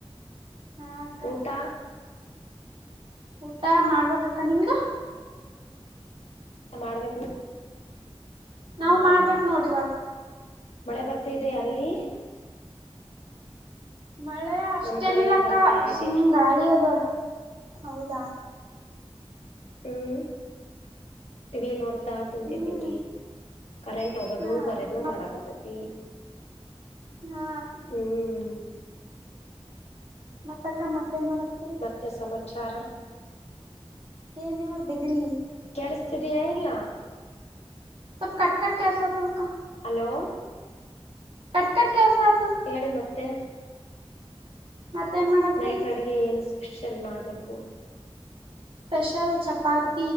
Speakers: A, on the right; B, on the left.
A: ಹಾ ಅಕ್ಕ.
B: ಊಟ
A: ಊಟ ಮಾಡ್ಬೇಕಕ್ಕ ನಿಮ್ದು.
B: ಮಾಡ್ಬೇಕ್ ನೀ. ದ್
A: ನಾವ್
B: ಹೌದಾ
A: ಮಾಡ್ಬೇಕ್ ನೋಡಿ ಇವಾಗ
B: ಮಳೆ ಬರ್ತಿದ್ಯಾ
A: ಹ್ಮ್
B: ಅಲ್ಲಿ.
A: ಮಳೆ ಅಷ್ಟೇನಿಲ್ಲಕ್ಕ
B: ನಮ್ ಕಡೆ ಬರ್ತಾ ಇದೆ
A: ಸುಮ್ ಗಾಳಿ ಅದು ಅದ ಹೌದಾ.
B: ಹ್ಮ್ ಟಿವಿ ನೋಡ್ತಾ ಕುಂತಿದಿನಿ.
A: ಹ್ಮ್
B: ಕರೆಂಟ್ ಹೋಗದು
A: ಹಾ
B: ಬರದು
A: ಮತ್ತ
B: ಮಾಡಾಕತೈತಿ.
A: ಹಾ
B: ಹ್ಮ್
A: ಮತ್ತಕ್ಕ ಮತ್ ಏನ್ ಮಾಡತ್ತಿರಿ.
B: ತೆ ಸಮಾಚಾರ.
A: ಏನ್ ಇವಾಗ್ ಡಿಗ್ರಿ.
B: ಕೇಳಸ್ತಿದಿಯಾ ಇಲ್ಲ.
A: ಸ್ವಲ್ಪ ಕಟ್ ಕಟ್ ಕೆಳ್ಸಾತದಕ್ಕ.
B: ಹಲೋ.
A: ಕಟ್ಕಟ್ ಕೆಳ್ಸಾತದ.
B: ಹೇಳಿ ಮತ್ತೆ.
A: ಮತ್ತೇನ್ ಮಾಡತ್ತೀರಿ.
B: ನೈಟ್ ಅಡುಗೆ ಏನು ಸ್ಪೆಷಲ್ ಮಾಡಬೇಕು.
A: ಸ್ಪೆಷಲ್ ಚಪಾತ್.